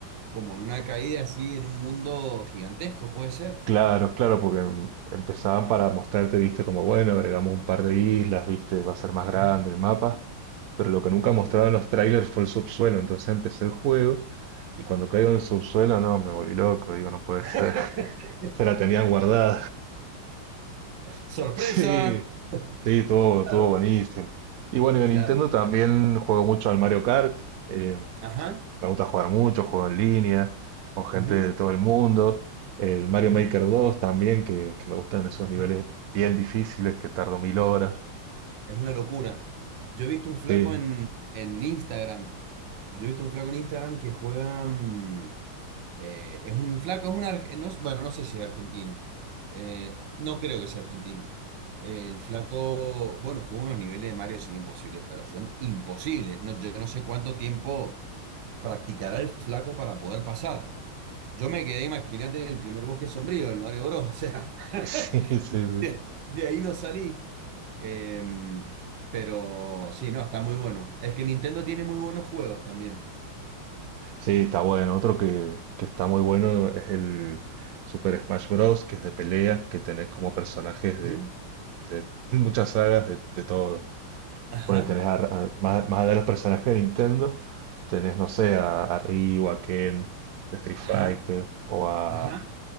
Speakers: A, on the right; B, on the right.
A: Como en una caída así, en un mundo gigantesco, puede ser.
B: Claro, claro, porque em- empezaban para mostrarte, viste, como bueno, agregamos un par de islas, viste, va a ser más
A: Ajá,
B: grande el mapa, pero lo que nunca
A: ajá.
B: mostraron los trailers fue el subsuelo, entonces empecé el juego y cuando caigo en el subsuelo, no, me volví loco, digo, no puede
A: <laughs>
B: ser, <laughs> se la tenían guardada. <laughs>
A: Sorpresa.
B: Sí, sí, todo,
A: Claro,
B: estuvo buenísimo. Y bueno, en
A: claro.
B: Nintendo también juego mucho al Mario Kart, eh,
A: Ajá,
B: me gusta jugar mucho, juego en línea, con gente
A: ujú,
B: de todo el mundo, el Mario
A: ujú,
B: Maker 2 también, que, que me gustan esos
A: ajá.
B: niveles bien difíciles que tardo mil horas.
A: Es una locura. Yo he visto un flaco
B: Sí,
A: en,
B: <laughs>
A: en Instagram. Yo he visto un flaco en Instagram que juega. mm, eh, es un flaco, es un. arge- no- bueno, no sé si es argentino. Eh, no creo que sea argentino. el flaco, bueno, juega unos niveles de Mario sin imposibles, pero son imposibles. No, yo no sé cuánto tiempo practicará el flaco para poder pasar. Yo me quedé, imagínate, en el primer bosque sombrío, el Mario Bros. <laughs> O sea.
B: sí, sí, sí.
A: De, de ahí no salí. Em, pero sí, no, está muy bueno. Es que Nintendo tiene muy buenos juegos también.
B: Sí, está bueno. Otro que, que está muy bueno es el Super Smash Bros., que es de pelea, que tenés como personajes
A: Ujú.
B: de, de <laughs> muchas sagas, de, de todo.
A: Ajá,
B: Bueno, tenés a- a- más, más allá de los personajes de Nintendo, tenés, no sé, a, a Ryu, a Ken, de Street
A: ajá,
B: Fighter, o a
A: ajá,